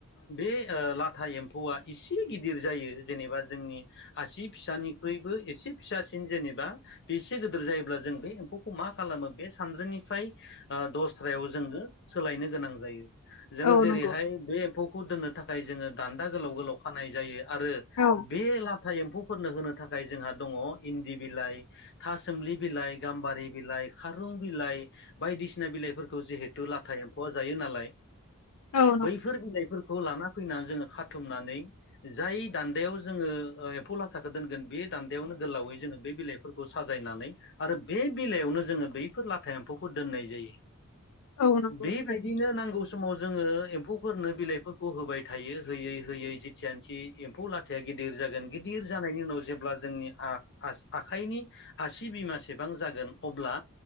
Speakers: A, on the left (about 50°); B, on the left (about 75°).
A: बे लाथा एम्फौआ एसे गिदिर जायो जेनेबा जोंनि आसि फिसानिख्रुइबो एसे फिसासिन जेनेबा बेसे गोदोर जायोब्ला जों बे एम्फौखौ मा खालामो बे सानद्रिनि फ्राय दस्रायाव जोंनो सोलायनो गोनां जायो जोङो
B: औ
A: जेरैहाय
B: नंगौ
A: बे एम्फौ खुदनो थाखाय थाखाय जोङो दान्दा गोलाव गोलाव खानाय जायो आरो
B: औ
A: बे लाथा एम्फौफोरनो होनो थाखाय जोंहा दङ दि बिलाय थासोमलि बिलाइ गाम्बारि बिलाइ खारुं बिलाइ बायदिसिना बिलाइफोरखौ जिहेथु लाथा ए एम्फौ आ जायो नालाय
B: औ
A: बैफोर बिलाइफोरखौ लाना फैनानै जोङो खाथुमनानै जाय दान्दायाव जोङो एम्फ फौ लाथाखौ दोनगोन बे दान्दायावनो गोलावै जोङो बे बिलाइफोरखौ साजायनानै आरो बे बिलायावनो जोङो बैफोर लाथा एम्फौखौ दोननाय जायो।
B: औ नंगौ
A: बेबायदिनो
B: थारैनो
A: नांगौ समाव जोङो एम्फौफोरनो बिलाइफोर खौ होबाय थायो होयै होयै जिथियानि एम्फौ लाथाया गिदिर जागोन गिदिर जानायनि उनाव जेब्ला जोंनि आस आखाइनि आसि बिमासेबां जागोन अब्ला